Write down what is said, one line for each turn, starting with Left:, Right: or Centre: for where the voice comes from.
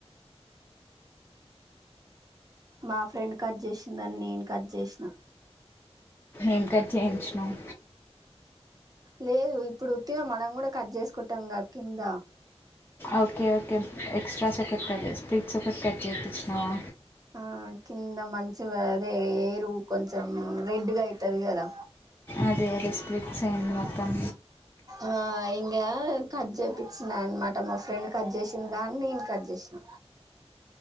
Right: మా ఫ్రెండ్ కట్ జేసిందని నేను కట్ జేసిన
Left: ఏం కట్ చేయించినవ్
Right: లేదు ఇప్పుడు ఉత్తిగా మనం కూడ కట్ చేసుకుటం గా కింద
Left: ఓకే ఓకే ఎక్స్ట్రాస్ ఒకటి కట్ చే స్ప్రిట్స్ ఒకటి కట్ చేపిస్తున్నవా
Right: ఆ కింద మంచుగా అదే హెయిర్ కొం చెం రెడ్ గా అయితది కదా,
Left: అదే అదే స్ప్లిట్స్ అయింది మొత్తం
Right: ఆ ఇం గా కట్ చేపిచ్చిన అనమాట, మా ఫ్రెండ్ కట్ చేసిందిగా అని నేను కట్ చేసిన.